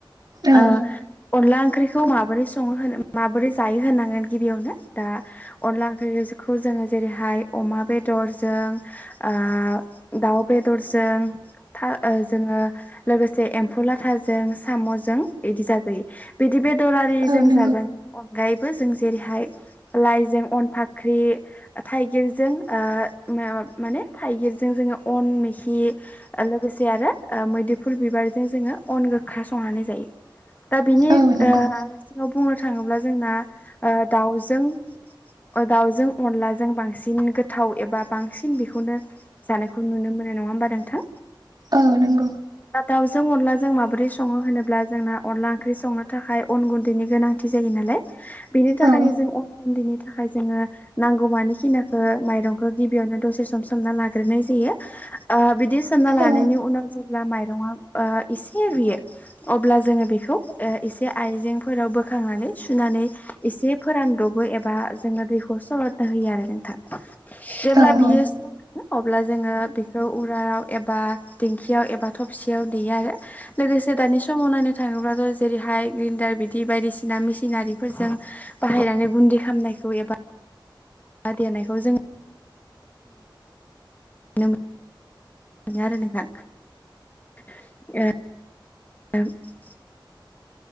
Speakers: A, on the right; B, on the left.
A: औ
B: ओ अनला ओंख्रिखौ माबोरै सङो होनो माबोरै जायो होनांगोन गिबियावनो दा अनला ओंख्रिखौ जोङो जेरैहाय अमा <unintelligible> बेदरजों ओ दाउ बेदरजों था- जोङो लोगोसे एम्फौ लाथाजों साम'जों इदि जाजायो बिदि बे दरारि जों
A: औ नंगौ
B: <inaudible> गायबो जों जेरैहाय लाइजों अनफाख्रि थाइगिरजों ओ <unintelligible> माने थाइगिरजों जोङो अन मेखि ओ लोगोसे आरो ओ मैदेफुल बिबार जों जङो अन गोखा संनानै जायो दा बिनि
A: औ
B: ओ
A: नंगौ
B: <inaudible> याव बुंनो थाङोब्ला जोंना ओ दाउजों ओ दाउजों अनलाजों बांसिन गोथाव एबा बांसिन बेखौनो जानायखौ नुनो मो नो नङा होमबा नोंथां?
A: ओ नोंगौ।
B: दा दाउजों अनलाजों माबोरै सङो होनोब्ला जोंना अनला ओंख्रि संनो थाखाय अन गुन दैनि गोनांथि जायो नालाय बेनि थाखायनो
A: औ
B: जों अन गुन्दैनि थाखाय जोङो नांगौ मानिखिना खो माइरंखो गिबियावनो दसे सम सोमना लाग्रोनाय जायो ओ बिदि सोमना लानायनि
A: औ
B: उनाव जेब्ला मायरंआ ओ इसे रुयो अब्ला जोङो बेखौ ओ इसे आइजें फोराव बोखांनानै सुनानै इसे फोरानदबो एबा जोङो दैखौ सलदनो होयो आरो नों थां जेब्ला
A: औ
B: बियो
A: औ
B: <inaudible> अब्ला जोङो बेखौ उरालाव एबा दिं खियाव एबा थबसियाव देयो आरो लोगोसे दानि समाव नायनो थाङोब्लाथ' जेरैहाय ग्रिन्डार बि दि बायदिसिना मिसिनारिफोरजों बाहायनानै गुन्दै खामनायखौ एबा देनायखौ जों <inaudible> <inaudible>